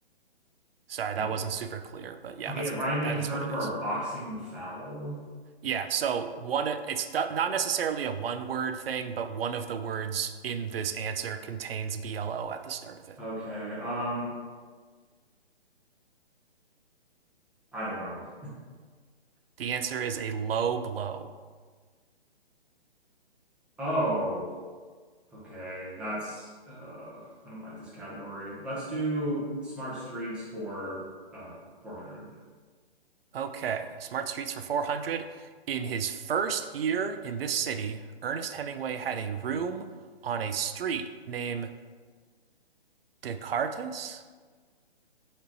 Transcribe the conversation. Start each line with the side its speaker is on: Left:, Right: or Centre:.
Right: Sorry, that
Centre: A,
Right: wasn't super clear, but yeah,
Centre: okay,
Right: that's
Centre: a rhyming
Right: I think that is
Centre: term
Right: what it
Centre: for
Right: is.
Centre: a boxing foul.
Right: Yeah, so one it's not not necessarily a one word thing, but one of the words in this answer contains B-L-O at the start of it.
Centre: Okay. Um, I don't know.
Right: The answer is a low blow.
Centre: Oh, okay. That's uh, I don't like this category. Let's do smart streets for uh 400.
Right: Okay, Smart Streets for 400. In his first year in this city, Ernest Hemingway had a room on a street named Descartes?